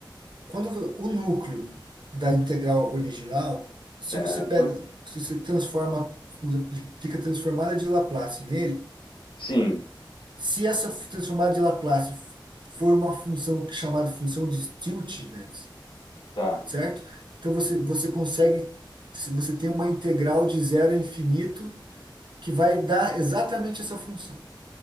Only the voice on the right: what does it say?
quando vo- o núcleo da integral original, se
você pega, se você transforma, usa- aplica a transformada de Laplace nele,
se essa f- transformada de Laplace f- for uma função que- chamada função de Stieltjes,
certo? Então você, você consegue, se você tem uma integral de zero a infinito que vai dar exatamente essa função,